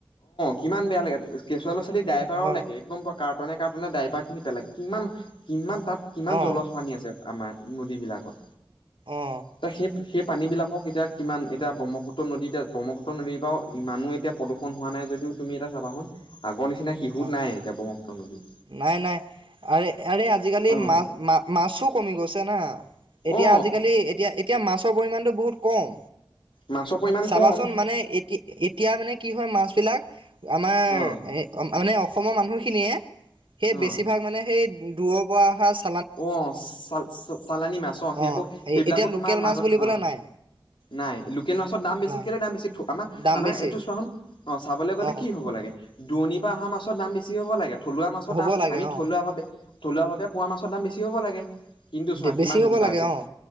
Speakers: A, on the left; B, on the right.
A: কিমান বেয়া লাগে কেচুৱা ল'ৰা ছোৱালী ভাইপাৰ
B: হয়
A: লেকে একদম কাৰ্টুনে কাৰ্টুনে দাইপা খিনি পেলাই কিমান কিমান। তাত কিমান
B: অ
A: জলজ পানী আছে? আমাৰ নদীবিলাকত।
B: অ
A: এতিয়া সেই সেই পানী বিলাকক এতিয়া। কিমান এতিয়া ব্ৰহ্মপুত্ৰ নদী এয়া ব্ৰহ্মপুত্ৰ নদীৰ পৰাও ইমান এতিয়া প্ৰদূষণ হোৱা নাই যদিও তুমি এটা চাবা ছোন। আগৰ নিচিনা শিশুত
B: অ
A: নাই এতিয়া ব্ৰহ্মপুত্ৰ নদী।
B: নাই নাই আৰে আৰে আজিকালি
A: অ
B: মা মাছো কমি গৈছে না এতিয়া
A: অ
B: আজিকালি এতিয়া এতিয়া মাছৰ পৰিমাণটো বহুত। খুব কম।
A: মাছৰ পৰিমাণ
B: চাবাচোন
A: কম
B: মানে এতি এতিয়া মানে কি হয় মাছ বিলাক আমাৰ
A: অ
B: এ মানে। অসমৰ মানুহখিনিয়ে সেই
A: অ
B: বেছিভাগ মানে সেই। দূৰ পৰা অসাঁজ।
A: অ চাল চালানি মাছ অ সেই
B: অঁ
A: একো সেইবিলাকো
B: এতিয়া
A: তোমাৰ
B: লোকেল
A: মাজত
B: মাছ বুলিবলে
A: অ
B: নাই
A: নাই লোকেল মাছৰ দাম বেছি
B: নাই
A: কেলে দাম বেছি থ আমাৰ
B: দাম
A: আমাৰ
B: বেছি
A: এইটো চোৱা হুন অ চাবলৈ গ'লে
B: অঁ
A: কি হ'ব লাগে দুৰণিৰ পৰা অহা মাছ। দাম বেছি হ'ব লাগে। থলুৱা মাছৰ
B: হ'ব
A: দাম
B: লাগে
A: আমি থলুৱাভাৱে।
B: অঁ
A: থলোৱা ভাৱে পোৱা মাছ। ছ দাম বেছি হ'ব লাগে। কিন্তু চোৱা
B: বেছি
A: কিমান
B: হ'ব
A: উল্টা
B: লাগে
A: হৈছে
B: অঁ